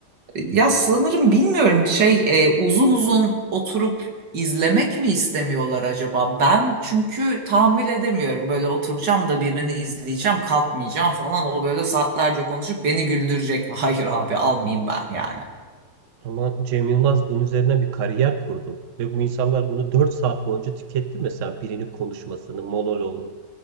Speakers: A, on the right; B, on the right.
A: Ya sanırım bilmiyorum şey e, uzun uzun oturup izlemek mi istemiyorlar acaba? Ben çünkü tahammül edemiyorum böyle oturacağım da birini izleyeceğim kalkmayacağım falan o böyle saatlerce konuşup beni güldürecek. <laughs> Hayır abi almayayım ben yani.
B: Ama Cem Yılmaz bunun üzerine bir kariyer kurdu. Ve bu insanlar bunu 4 saat boyunca tüketti mesela birinin konuşmasını, monoloğunu.